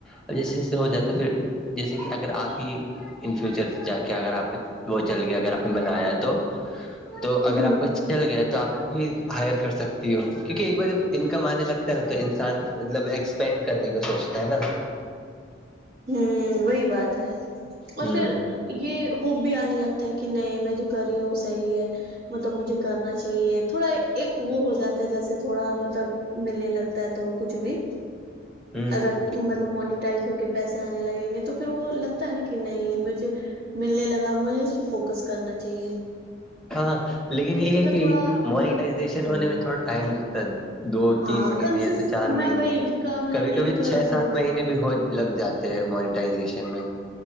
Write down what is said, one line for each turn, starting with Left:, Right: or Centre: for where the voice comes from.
Centre: اور جیسے جیسے ہو جاتا پھر جیسے کہ اگر آگے ہی ان فیوچر جا کے اگر آپ وہ چل گیا اگر آپ نے بنایا تو تو اگر
Right: ہوں
Centre: آپ کو چل گیا تو آپ بھی ہائر کر سکتی ہو کیونکہ ایک بار جب انکم آنے لگتا ہے تو انسان مطلب ایکس پینڈ کرنے کا سوچتا ہے نا
Right: ہوں وہی بات ہے اور
Centre: ہ
Right: پھر یہ ہوپ بھی آنے لگتا ہے کہ نہیں میں جو کر رہی ہوں وہ صحیح ہے مطلب مجھے کرناچائیے تھوڑا ایک وہ ہو جاتا ہے جیسے تھوڑا مطلب ملنے لگتا ہے تووہ کچھ بھی
Centre: ہ
Right: اگر
Centre: ہ
Right: مطلب مونیٹائز ہو کے پیسے آنے لگیں گے تو پھر وہ لگ ہوتاہے نا کہ نہیں یہ مجھے ملنے لگا مجھے اس پہ فوکس کرنا چائیے
Centre: ہاں لیکن یہ ہے کہ
Right: تھوڑا
Centre: مونیٹائیزیشن
Right: مطلب ہوں
Centre: ہونے میں تھوڑا ٹائم لگتا ہے دو
Right: ہاں
Centre: تین مہینے
Right: کنسس
Centre: یا تو چار
Right: میں
Centre: مہینے
Right: وہی اس کا میں
Centre: کبھی کبھی
Right: ایک
Centre: چھ
Right: کورس
Centre: سات مہینے بھی ہو لگ جاتے ہیں منیٹائیزیشن میں